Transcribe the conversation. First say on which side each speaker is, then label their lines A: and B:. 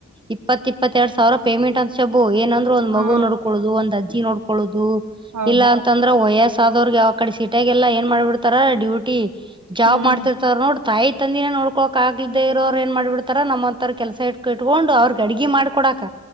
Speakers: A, on the right (about 15°); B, on the right (about 85°).
A: ಇಪ್ಪತ್ತ ಇಪ್ಪತ್ತೆರಡು ಸಾವಿರ ಪೇಮೆಂಟ್ ಅಂತ ಶಬು ಏನಂದ್ರೂ ಒಂದ್
B: ಹಾ
A: ಮಗು ನೋಡ್ಕೊಳ್ಳೋುದು ಒಂದ ಅಜ್ಜಿ ನೋಡ್ಕೊಳ್ಳೋುದು
B: ಹೌದು
A: ಇಲ್ಲಾ ಅಂತಂದ್ರ ಅಂದ್ರ ವಯಸ್ ಆದವ್ರಿಗೆ ಯಾವ ಕಡೆ ಸೀಟಾಗಲ್ಲ ಏನ್ ಮಾಡ್ಬಿಡ್ತಾರ ಡ್ಯೂಟಿ ಜಾಬ್
B: ಹ್ಮ್
A: ಮಾಡ್ತಿರ್ತವ ನೋಡ್ತಾ ಆಯ್ತ ತಂದಿನ ನೋಡ್ಕೊಕ್ ಆಗ್ಲೇ ಇರೋವ್ ಏನ್ ಮಾಡ್ಬಿಡ್ತಾರ ನಮ್ಮ್ಂಂತವ ಕೆಲಸ ಇಟ್ಕ ಇಟ್ಕೊಂಡು ಅವ್ರಗ್ ಅಡಿಿ ಮಾಡ್ಕೊಡಕ್